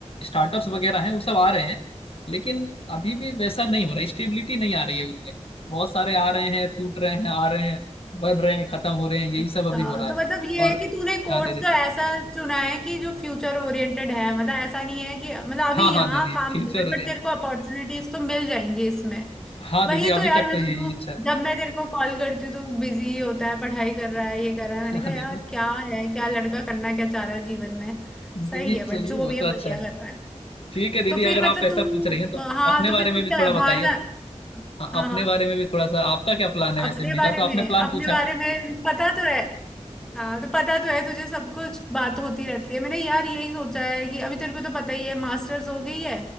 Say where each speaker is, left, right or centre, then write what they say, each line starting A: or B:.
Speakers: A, on the left; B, in the centre.
A: स्टार्टअप्स वगैरह हैं वो सब आ रहे हैं लेकिन अभी भी वैसा नहीं हो रहा स्टेबिलिटी नहीं आ रही है उनमें बहुत सारे आ रहे हैं टूट रहे हैं आ रहे हैं बढ़ रहे हैं खत्म हो रहे हैं यही
B: अच्छा
A: सब अभी हो रहा
B: तो
A: है
B: मतलब ये
A: और
B: है कि तूने कोर्स
A: हाँ दीदी
B: तो ऐसा चुना है कि जो फ्यूचर ओरिएंटेड है मतलब ऐसा नहीं है कि मतलब अभी
A: हाँ हाँ
B: यहाँ
A: दीदी
B: काम
A: फ्यूचर
B: चल रहा है
A: ओरिएंटेड
B: बट तेरे को अपॉर्चुनिटीज तो मिल जाएंगी इसमें
A: हाँ
B: वही
A: दीदी
B: तो
A: अभी
B: यार
A: तक
B: मैं
A: तो
B: तो
A: यही इच्छा है
B: जब मैं तेरे को कॉल करती हूँ तो बिजी होता है पढ़ाई कर रहा है ये कर रहा है
A: <laughs>
B: मैंने कहा
A: हाँ
B: यार
A: दीदी
B: क्या है क्या लड़का करना क्या चाह रहा है जीवन में सही
A: दीदी चलिए
B: है बट जो
A: वो
B: भी
A: तो
B: है
A: अच्छा
B: बढ़िया
A: है
B: कर रहा है
A: ठीक है दीदी
B: तो फिर
A: अगर आप
B: मतलब
A: ऐसा
B: तू
A: पूछ रही हैं तो
B: हाँ
A: अपने
B: तो
A: बारे
B: फिर तू
A: में भी
B: क्या
A: थोड़ा
B: है
A: बताइए
B: बाहर जा
A: हाँ
B: हाँ
A: अपने
B: हाँ
A: बारे में भी थोड़ा सा आपका क्या प्लान है वैसे
B: अपने बारे
A: मेरा तो
B: में
A: आपने प्लान
B: अपने
A: पूछा
B: बारे में पता तो है हाँ तो पता तो है तुझे सब कुछ बात होती रहती है मैंने यार यही सोचा है कि अभी तेरे को तो पता ही है मास्टर्स हो गई है